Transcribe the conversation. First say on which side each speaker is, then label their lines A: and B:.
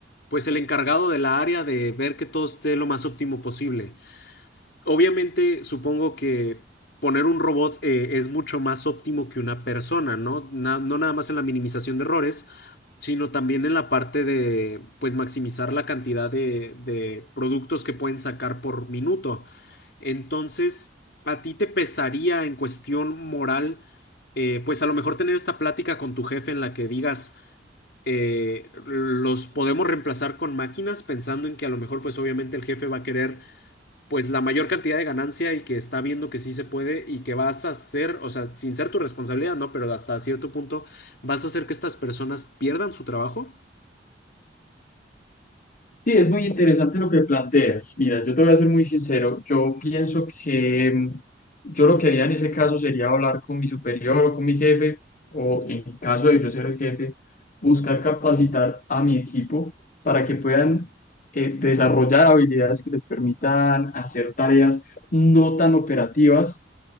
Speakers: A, on the left; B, on the left.
A: pues el encargado de la área de ver que todo esté lo más óptimo posible. Obviamente, supongo que poner un robot eh, es mucho más óptimo que una persona, ¿no? Na- no nada más en la minimización de errores, sino también en la parte de, pues, maximizar la cantidad de, de productos que pueden sacar por minuto. Entonces, ¿a ti te pesaría en cuestión moral, eh, pues a lo mejor tener esta plática con tu jefe en la que digas, eh, los podemos reemplazar con máquinas, pensando en que a lo mejor, pues obviamente el jefe va a querer pues la mayor cantidad de ganancia y que está viendo que sí se puede y que vas a hacer, o sea, sin ser tu responsabilidad, ¿no? Pero hasta cierto punto vas a hacer que estas personas pierdan su trabajo
B: Sí, es muy interesante lo que planteas. Mira, yo te voy a ser muy sincero. Yo pienso que mm, yo lo que haría en ese caso sería hablar con mi superior o con mi jefe, o en caso de yo ser el jefe, buscar capacitar a mi equipo para que puedan eh, desarrollar habilidades que les permitan hacer tareas no tan operativas,